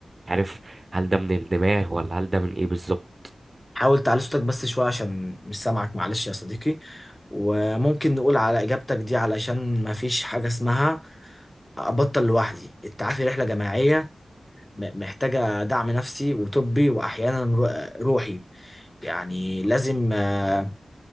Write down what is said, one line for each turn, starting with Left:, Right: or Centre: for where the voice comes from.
Right: مش عارف هل ده من الدماغ ولا هل ده من ايه بالظبط
Left: حاول تعلي صوتك بس شوية عشان مش سامعك معلش يا صديقي وممكن نقول على إجابتك دي علشان ما فيش حاجة اسمها أبطل لوحدي التعافي رحلة جماعية م- محتاجة دعم نفسي وطبي وأحيانا رو- روحي يعني لازم آه،